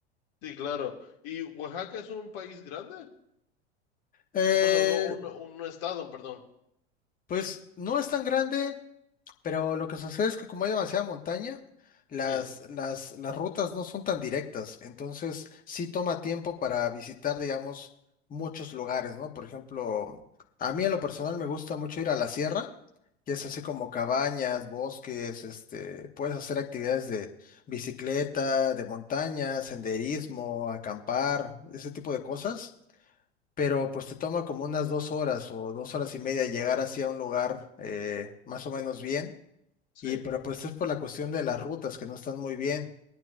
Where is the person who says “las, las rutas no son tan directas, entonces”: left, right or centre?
Left